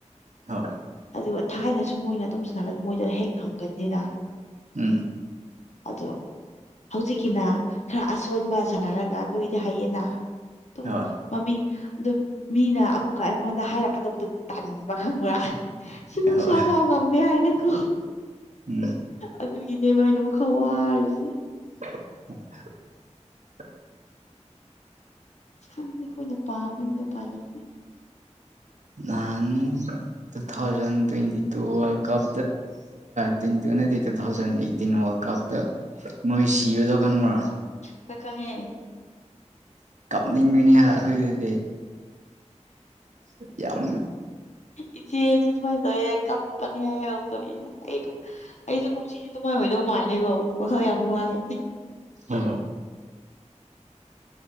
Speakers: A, on the right; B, on the left.
A: ꯍ
B: ꯑꯗꯨꯒ ꯊꯥꯏꯅꯁꯨ ꯃꯣꯏꯅ ꯑꯗꯨꯝ ꯁꯥꯟꯅꯒ ꯃꯣꯏꯗ ꯍꯦꯛ ꯉꯝꯒꯟꯅꯤꯅ
A: ꯎꯝ
B: ꯑꯗꯣ ꯍꯧꯖꯤꯛꯀꯤꯅ ꯈꯔ ꯑꯁꯣꯟꯕ ꯁꯥꯟꯅꯔꯒ ꯑꯩꯈꯣꯏꯒꯤꯗꯤ ꯍꯩꯌꯦꯅ ꯑꯗꯨꯝ
A: ꯍꯣꯏ
B: ꯃꯃꯤꯡ ꯑꯗꯨꯝ ꯃꯤꯅ ꯑꯃꯨꯛꯀ ꯑꯩꯉꯣꯟꯗ ꯍꯥꯏꯔꯛꯀꯗꯕꯗꯨꯣ ꯇꯟꯕ ꯈꯪꯕ꯭ꯔꯥ ꯁꯤꯃꯨꯛ
A: ꯍꯣꯏ
B: ꯁꯨꯨꯔꯐꯥꯎ ꯉꯝꯗꯦ ꯍꯥꯏꯅꯀꯣ
A: ꯎꯝ
B: ꯑꯗꯨꯒꯤꯅꯦ ꯃꯥꯏꯅꯦ ꯋꯥꯈꯥ ꯋꯥꯔꯤꯁꯦ
A: <unintelligible>
B: ꯑ ꯈꯪꯗꯦ ꯑꯩꯈꯣꯏꯅ ꯄꯥꯃꯅꯤꯒ ꯄꯥꯜꯂꯤꯅꯦꯦ
A: ꯅꯍꯥꯟ ꯇꯨ ꯊꯥꯎꯖꯟ ꯇ꯭ꯋꯦꯟꯇꯤ ꯇꯨꯔ ꯀꯞ ꯇ꯭ꯋꯦꯟꯇꯤ ꯇ ꯍꯥꯟꯅꯗꯗꯤ ꯇꯨ ꯊꯥꯎꯖꯟ ꯑꯩꯠꯇꯤꯟ ꯋꯥꯔꯜ ꯀꯞꯇ ꯃꯣꯏ ꯁꯤꯕꯗꯣ ꯈꯪꯕ꯭ꯔꯣ
B: ꯍꯣꯏ ꯈꯪꯉꯦ
A: ꯅꯤꯡ ꯃꯤꯅꯤ ꯑꯗꯨꯗꯦ ꯌꯥꯎ
B: ꯏꯆꯦꯁꯨꯦꯥꯏꯗ ꯀꯝꯄꯅꯤ ꯍꯥꯏ ꯑꯩꯁꯨꯦ ꯀꯁꯤ ꯑꯗꯨꯃꯥꯏꯅ ꯑꯣꯏꯣꯏꯗꯧ ꯃꯥꯜꯂꯀꯣ ꯋꯥꯈꯜ ꯌꯥꯝ ꯋꯥꯏ
A: ꯍꯣꯏ